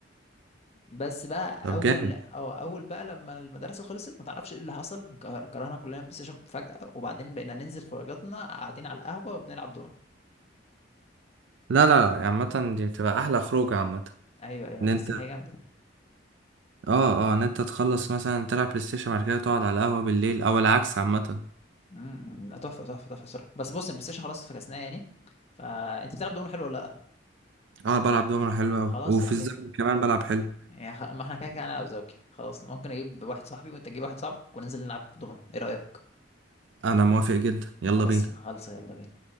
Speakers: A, on the left (about 35°); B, on the right (about 75°).
A: بس بقى
B: طب
A: اول
B: جامد
A: أو اول بقى لما المدرسه خلصت ما تعرفش ايه اللي حصل انك- كرهنا كلنا بلاي ستيشن فجاه وبعدين بقينا ننزل خروجاتنا قاعدين على القهوه وبنلعب دومنا
B: لا لا لا عامه دي بتبقى احلى خروج عامه
A: ايوه ايوه
B: ان
A: بس
B: انت
A: هي جامده
B: اه اه ان انت تخلص مثلا تلعب بلاي ستيشن بعد كده تقعد على القهوه بالليل او العكس عامه
A: امم لا، تحفه تحفه تحفه صراحه بس بص البلاي ستيشن خلاص فكسناه يعني فانت بتلعب دومنا حلو ولا لا
B: اه بلعب دومنه حلو قوي
A: خلاص
B: وفي
A: يا عم
B: الزمن
A: إيه؟
B: كمان بلعب حلو
A: يعني خ... ما احنا كده كده انا وزوكي خلاص ممكن اجيب واحد صاحبي وانت تجيب واحد صاحبك وننزل نلعب دومنا ايه رايك
B: انا موافق جدا يلا
A: خلاص
B: بينا
A: خلصه يلا بينا